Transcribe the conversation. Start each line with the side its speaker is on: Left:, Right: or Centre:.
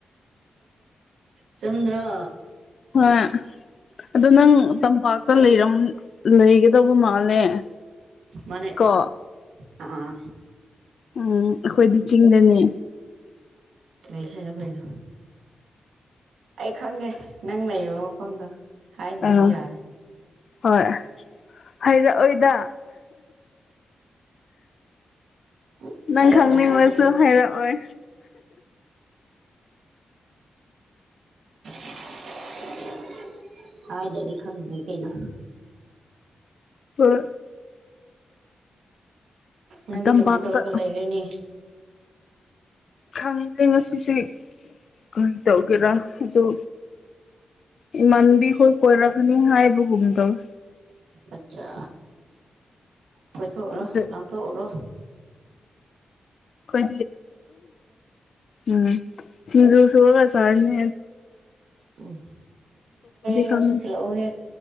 Right: ꯆꯨꯝꯗ꯭ꯔꯣ
Left: ꯍꯣꯏ ꯑ ꯅꯪ ꯇꯝꯄꯥꯛꯇ ꯂꯩꯔꯝ ꯂꯩꯒꯗꯧꯕ ꯃꯥꯜꯂꯦ
Right: ꯃꯥꯅꯦ
Left: ꯀꯣ
Right: ꯑꯥ
Left: ꯎꯝ ꯑꯩꯈꯣꯏꯗꯤ ꯆꯤꯡꯗꯅꯦ
Right: ꯄꯩꯁꯅ ꯐꯅ ꯑꯩ ꯈꯪꯉꯦ ꯅꯪ ꯂꯩꯔꯤꯕ ꯃꯐꯝꯗ ꯍꯥꯏꯗ꯭ꯔꯁꯨ
Left: ꯑꯥ
Right: ꯌꯥꯔ
Left: ꯍꯣꯏ ꯍꯥꯏꯩꯔꯛꯑꯣꯏꯗ
Right: ꯎ
Left: ꯅꯪ
Right: ꯍꯥꯏꯔ
Left: ꯈꯪꯅꯤꯡꯂꯁꯨ
Right: ꯑꯣꯏꯔꯦ ꯍꯥꯏꯦꯕꯒꯤꯅꯦꯁ
Left: ꯍꯥꯏꯔꯛꯑꯣꯏ
Right: <inaudible> ꯍꯥ ꯗꯗꯤ ꯈꯪꯗꯦ ꯀꯩꯩꯅ
Left: ꯍ
Right: ꯅꯪꯗꯤ
Left: ꯇꯝꯄꯥꯛꯇ
Right: ꯀꯃꯥꯏꯅ ꯇꯧꯔꯒ ꯂꯩꯔꯦꯅꯤ
Left: ꯈꯪꯗꯦ ꯉꯁꯤꯁꯦ ꯀꯔꯤ ꯇꯧꯒꯦꯔꯥ ꯑꯗꯨ ꯏꯃꯥꯟꯕꯤꯈꯣꯏ ꯀꯣꯏꯔꯛꯀꯅꯤ ꯍꯥꯏꯕꯒꯨꯝꯗꯧꯋꯤ
Right: ꯑꯆꯥ ꯀꯣꯏꯊꯣꯛꯎꯔꯣ
Left: ꯑꯗꯨ
Right: ꯂꯪꯊꯣꯛꯎꯔꯣ
Left: ꯣꯏ ꯎꯝ ꯆꯤꯖꯁꯨꯒ ꯆꯅꯤ
Right: ꯎꯝ ꯌꯁꯥꯁꯨ
Left: ꯈꯪꯗꯦ
Right: ꯊ ꯂꯧꯑꯣ ꯍꯦ